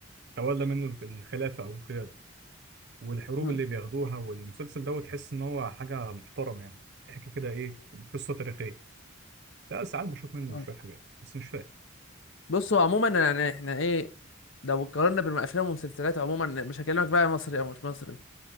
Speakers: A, on the right; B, on the left.
A: تولى منه الك- الخلافة أو القيادة والحروب
B: مم.
A: اللي بياخدوها والمسلسل دوت تحس إن هو حاجة محترمة يعني بيحكي كده إيه قصة تاريخية لا ساعات بشوف منه
B: آه.
A: شوية حاجات بس مش فاهم
B: بصوا عموما يعني احنا ايه لو قارنا بين الافلام والمسلسلات عموما مش هكلمك بقى مصري او مش مصري